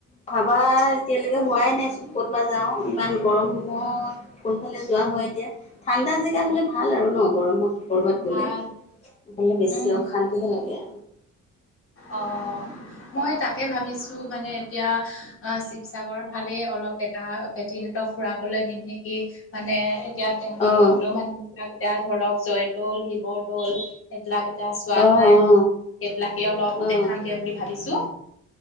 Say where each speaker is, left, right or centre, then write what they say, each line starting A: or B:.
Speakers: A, on the left; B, on the left.
A: ভাবা এতিয়ালৈকে হোৱাই নাই চোন ক'ত বা যাওঁ ইমান গৰমত। কোনফালে যোৱা হয় এতিয়া। ঠাণ্ডা জেগা হলে ভাল আৰু ন গৰমত। ক'ৰবাত গ'লে।
B: ভাল
A: নহলে বেছি
B: উম
A: অশান্তিহে লাগে।
B: অঁ মই তাকে ভাবিছোঁ মানে এতিয়া অঁ শিব- সাগৰ
A: অ
B: ফালেই অলপ বেটা বেটীহঁতক ফুৰাবলৈ নিম নেকি? মানে- এতিয়া সিহঁতৰ
A: অ
B: মানে সেবিলাক এতিয়া ধৰক জয়দৌল শিৱদৌল- সেইবিলাক এতিয়া চোৱা
A: অ
B: নাই। সেইবিলাকে অলপ
A: অ
B: দেখামগে বুলি ভাবিছো।